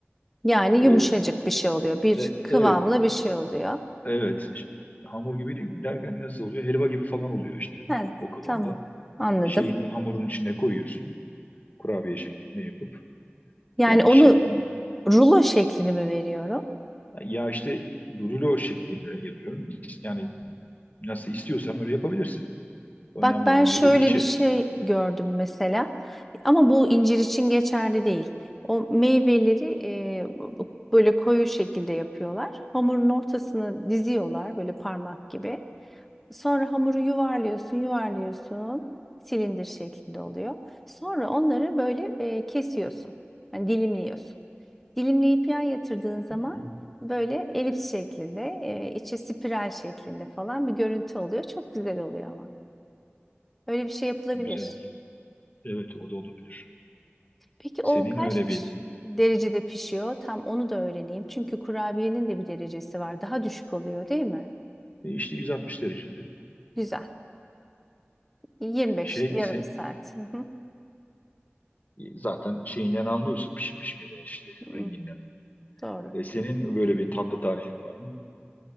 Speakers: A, in the centre; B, on the left.
A: Yani
B: E,
A: yumuşacık bir şey oluyor. Bir
B: e, Evet,
A: kıvamlı bir şey oluyor.
B: Evet. işte Hamur gibi derken nasıl oluyor? Helva gibi falan oluyor işte
A: He,
B: o kıvamda.
A: tamam. Anladım.
B: Şeyin hamurun içine koyuyorsun. Kurabiye şeklinde yapıp
A: Yani
B: yani
A: onu
B: şeklin
A: rulo şeklini mi veriyorum?
B: ya işte rulo şeklinde yapıyorum. Yani nasıl istiyorsan öyle yapabilirsin. Önemli
A: Bak ben
B: olan
A: şöyle
B: burada içi.
A: bir şey gördüm mesela ama bu incir için geçerli değil. O meyveleri e, bu- böyle koyu şekilde yapıyorlar. Hamurun ortasını diziyorlar böyle parmak gibi. Sonra hamuru yuvarlıyorsun, yuvarlıyorsun. Silindir şeklinde oluyor. Sonra onları böyle e, kesiyorsun. Yani dilimliyorsun. Dilimleyip yan yatırdığın zaman
B: Hı,
A: böyle elips şeklinde, e, içi spiral şeklinde falan bir görüntü oluyor. Çok güzel oluyor ama. Öyle bir şey yapılabilir.
B: Güzel. Evet o da olabilir.
A: Peki
B: Senin
A: o kaç
B: öyle bir
A: derecede pişiyor? Tam onu da öğreneyim. Çünkü kurabiyenin de bir derecesi var. Daha düşük oluyor değil mi?
B: e, işte 160 derecede
A: Güzel. 25,
B: şey
A: yarım
B: se-
A: saat. Hı hı.
B: zaten şeyinden anlıyorsun pişip pişmeden işte
A: Hı,
B: renginden.
A: Doğru.
B: E, senin böyle bir tatlı tarifin var mı?